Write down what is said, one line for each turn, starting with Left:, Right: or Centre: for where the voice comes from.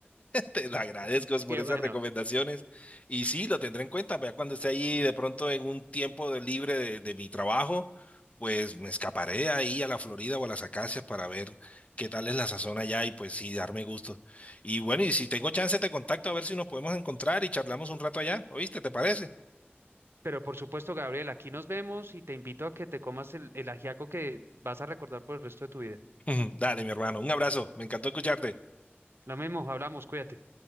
Left: Te lo agradezco
Right: <laughs>
Left: por
Right: Qué
Left: esas
Right: bueno.
Left: recomendaciones. Y sí, lo tendré en cuenta. Ya cuando esté ahí de pronto en un tiempo de libre de, de mi trabajo, pues me escaparé ahí a la Florida o a las Acacias para ver qué tal es la sazón allá y pues sí, darme gusto. Y bueno, y si tengo chance te contacto a ver si nos podemos encontrar y charlamos un rato allá. ¿Oíste? ¿Te parece?
Right: Pero por supuesto, Gabriel, aquí nos vemos y te invito a que te comas el, el ajiaco que vas a recordar por el resto de tu vida.
Left: <laughs> Dale, mi hermano. Un abrazo. Me encantó escucharte.
Right: Lo mismo, hablamos, cuídate.